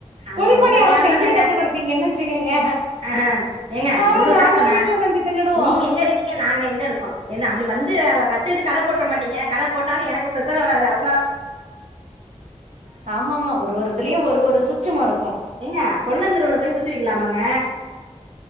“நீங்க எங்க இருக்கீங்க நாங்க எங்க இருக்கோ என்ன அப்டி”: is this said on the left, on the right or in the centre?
Right